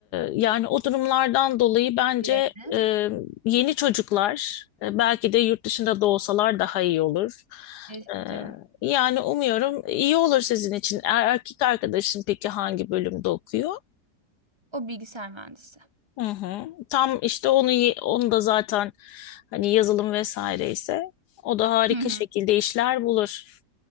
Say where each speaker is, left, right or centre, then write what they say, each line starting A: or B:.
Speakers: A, on the left (about 75°); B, on the right (about 15°).
A: yani o durumlardan dolayı bence
B: Diğeriniz
A: e, yeni çocuklar e, belki de yurt dışında doğsalar daha iyi olur.
B: keşke.
A: E, yani umuyorum iyi olur sizin için. Er- Erkek arkadaşın peki hangi bölümde okuyor?
B: O bilgisayar mühendisi.
A: Hı hı. Tam işte onu ye- onu da zaten hani yazılım vesaire ise o da harika
B: Hı hı.
A: şekilde işler bulur.